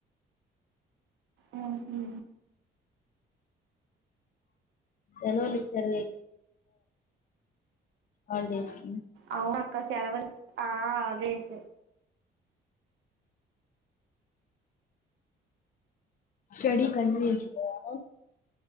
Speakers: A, on the right (about 75°); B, on the left (about 45°).
A: ఆహ్ ఉహూ.
B: సెలవులు ఇచ్చారుగా ఈ హాలిడేస్ కి.
A: అవును అక్క సెలవులు ఆహ్ అదే స.
B: స్టడీ కంటిన్యూ చేయాలి.